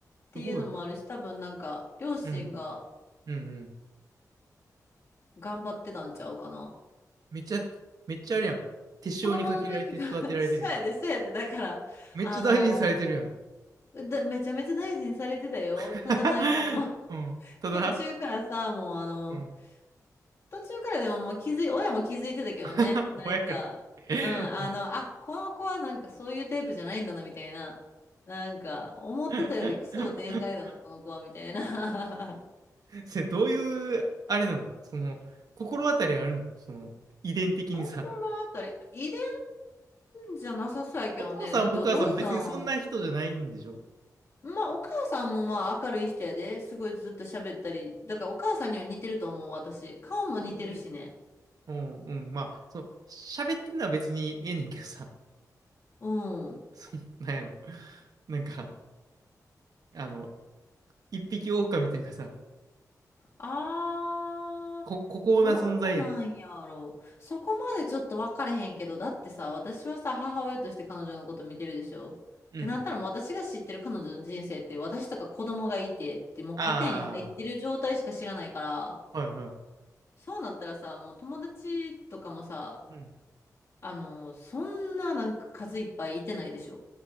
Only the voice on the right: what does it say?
すごい。
うん、うん、うん。
めっちゃ、めっちゃあれやん。手塩にかけられて育てられてるやん。
めっちゃ大事にされてるやん。
<laughs>
うん。ただ、
うん。
<laughs>
お前から。
うん。
<laughs>
それどういう、あれなのその、心当たりあるのその、遺伝的にさ。
お父さんもお母さんも別にそんな人じゃないんでしょ
うん、うん、うんまあ、そう、喋ってんのは別にええねんけどさ、<laughs>
その、なんやろ。なんか、あの、一匹狼というかさ、
こ、孤高な存在やん。
うん。
ああ、はいは
い。うん。